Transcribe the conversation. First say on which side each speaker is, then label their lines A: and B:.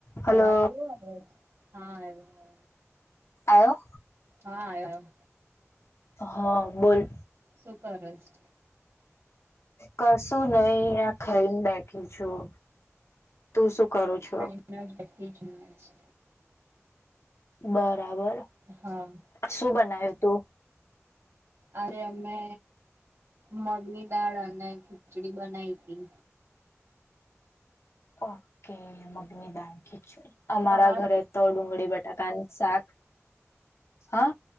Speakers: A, on the left; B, on the right.
A: Hello
B: અવાજ કેવો આવે છ? હા આયો અવાજ.
A: આયો?
B: હા આયો આયો.
A: હહ બોલ.
B: શું કરશ?
A: કશું નહી આ ખઈને બેઠી છું. તું શું કરું છો?
B: અહીંયા જ બેઠી છું અહીંયા જ.
A: બરાબર
B: હા
A: શું બનાયું તું?
B: અરે! અમે મગની દાળ અને ખીચડી બનાઈ તી.
A: ઓકે મગની દાળને ખીચ અમારા
B: અવાજ
A: ઘરે તો ડુંગળી બટાકાની શાક હા